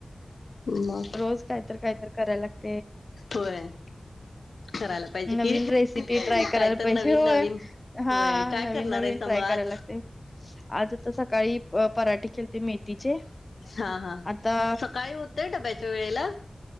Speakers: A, on the left; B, on the left.
A: मग?
B: रोज काहीतर काहीतर कराय लागत.
A: होय. करायला पाहिजे
B: नवीन
A: कि
B: रेसिपी ट्राय करायला
A: काय तर
B: पाहिजे,
A: नवीन
B: होय,
A: नवीन
B: हा-
A: होय काय
B: नवीन-नवीन
A: करणार आहेसा
B: ट्राय
A: मग आज?
B: करायला लागते, आज आता सकाळी पराठे केलते मेथीचे.
A: हा, हा,
B: आता
A: सकाळी होतेय डब्याच्या वेळेला?